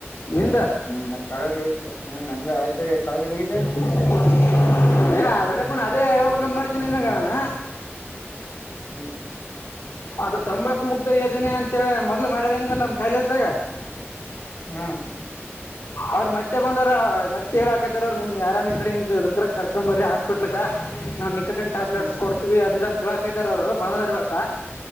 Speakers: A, on the left (about 70°); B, on the left (about 50°).
A: ನಿಂದ
B: ಹ್ಮ್ನ್ ಮತ್ತತ್ ಕಾಲೇಜ್ ಹೋಗ್ತ ಹ ನಂದ ಆಯ್ತ ಕಾಲೇಜಗೆ ಹೋಗಿದ್ದೆ
A: ಹ <unintelligible> ಏ ಆಲ್ರೆಡಿ ಪ ಅದೇ ಹಬೇಕಕ್ ಅಂದ ಮಾಡತೀನಿ ಇನಾಗಾನ
B: ಹ್ಮ್
A: ಅದ ತಂಬಾಕು ಮುಕ್ ಯೋಜನೆ ಅಂತೇಳಿ ಮೊದ್ಲು ಮಾಡ್ಯಾರಂದೆಲ್ಲ ನಮ್ಮ್ ಕಾಯಲೆಸ್ದಾಗ
B: ಹ್ಮ
A: ಅವ್ರ್ ಮತ್ತೆ ಬಂದಾರ ಮತ್ತತ್ ಹೇಳ ಹಕತಾರ ಅವರು ನಿಮ್ ಯಾರನ್ ಇದ್ರಂಗ ಇದದ್ರ ಕರ್ಕೊ್ ಬರ್ರಿ ಹಾಸ್ಪಿಟ್ಲ್ಕ್ಕ ನಾವು ನಿಕಟಿನ ಟ್ಯಾಬ್ಲೆಟ್ಸ್
B: ಹ್ಮ್
A: ಕೊಡ್ತೀವಿ ಅದ ಅಂತ ಹೇಳಕತಾರ ಅವರು ಬಂದದಾರ ಇವತ್ತ